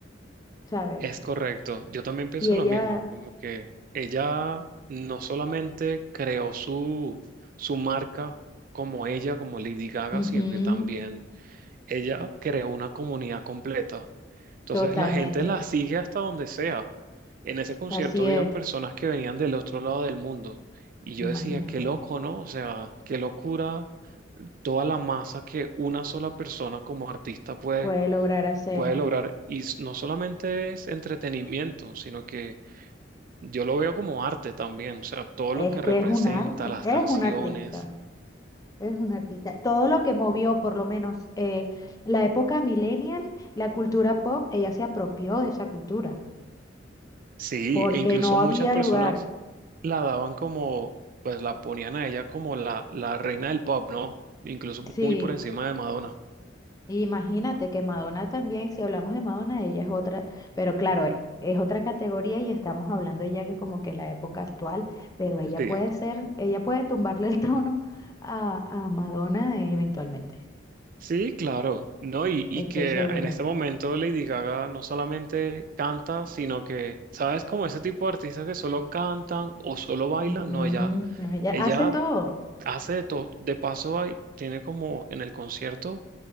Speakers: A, on the left (about 20°); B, on the right (about 50°).
A: ¿sabes?
B: Es correcto, yo también pienso
A: Y ella,
B: lo mismo, como que ella no solamente creó su, su marca como ella, como Lady Gaga,
A: ujú,
B: sino que también ella creó una comunidad completa. Entonces
A: totalmente,
B: la gente la sigue hasta donde sea. En ese concierto
A: así
B: habían
A: es,
B: personas que venían del otro lado del mundo y yo
A: imagínate,
B: decía, qué loco, ¿no? O sea, qué locura toda la masa que una sola persona como artista puede
A: puede lograr hacer.
B: puede lograr. Y s- no solamente es entretenimiento, sino que yo lo veo como arte también, o sea, todo
A: Es
B: lo que
A: que
B: representa,
A: es un arte,
B: las
A: es
B: canciones.
A: un artista. Es un artista. Todo lo que movió, por lo menos, eh, la época millennial, la cultura pop, ella se apropió de esa cultura,
B: Sí,
A: porque
B: e incluso
A: no
B: muchas
A: había
B: personas
A: lugar.
B: la daban como, pues la ponían a ella como la, la reina del pop, ¿no? Incluso
A: Sí,
B: muy por encima de Madonna.
A: imagínate que Madonna también, si hablamos de Madonna, ella es otra, pero claro, e- es otra categoría y estamos hablando ya que como que la época actual, pero ella
B: Sí.
A: puede ser, ella puede tumbarle el <laughs> trono a, a Madonna eh, eventualmente,
B: Sí, claro, ¿no? Y, y
A: estoy
B: que
A: segura.
B: en este momento Lady Gaga no solamente canta, sino que, ¿sabes? Como ese tipo de artistas que solo cantan o solo bailan,
A: Ujú,
B: no, ella,
A: no, Ella
B: ella
A: hace todo.
B: hace de todo. De paso, hay, tiene como en el concierto